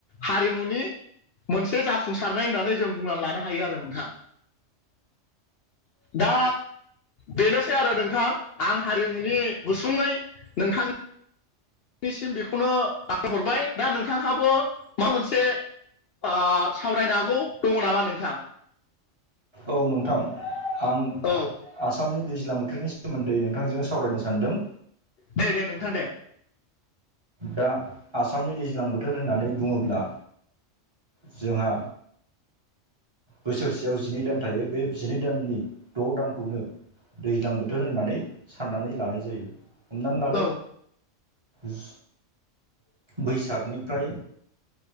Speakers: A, on the left; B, on the right.
A: हारिमुनि मोनसे जाफुंसारनाय होननानै जों बुंनानै लानो हायो आरो नोंथां। दा बेनोसै आरो नोंथां। आं हारिमुनि गुसुङै नोंथां निसिम बेखौनो आखाय हरबाय दा नोंथांहाबो मा मोनसे आ सावरायनो हागौ दङ नामा नोंथां?
B: औ नोंथां आं
A: औ
B: आसामनि दैज्लां बोथोरनि सोमोन्दै नोंथांजों सावरायनो सानदों।
A: दे दे नोंथां दे।
B: दा आसामनि दैज्लां बोथोर होननानै बुङोब्ला। जोंहा बोसोरसेयाव जिनै दान थायो। बे जिनै दाननि द' दानखौनो दैज्लां बोथोर होननानै साननानै लानाय जायो। हमनानै लादो
A: औ
B: जु बैसागनिफ्राय